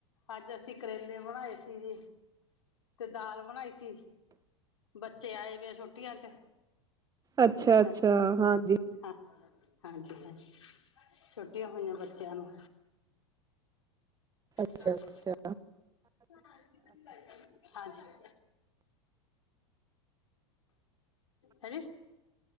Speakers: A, on the left (about 85°); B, on the right (about 25°).
A: ਅੱਜ ਅਸੀਂ ਕਰੇਲੇ ਬਣਾਏ ਸੀ ਜੀ। ਤੇ ਦਾਲ ਬਨਾਈ ਸੀ ਬੱਚੇ ਆਏ ਵੀ ਆ ਛੂਟੀਆ 'ਚ
B: ਅੱਛਾ-ਅੱਛਾ
A: ਹਾਂ
B: ਹਾਂਜੀ।
A: ਹਾਂ ਹਾਂਜੀ ਹਾਂਜੀ ਛੁਟੀਆਂ ਹੋਈਆਂ ਬੱਚੇਆਂ ਨੂੰ
B: ਅੱਛਾ
A: ਦੱਸ
B: ਅੱਛਾ
A: ਕੌਣ <unintelligible> ਹਾਂਜੀ। ਹੈਜੀ,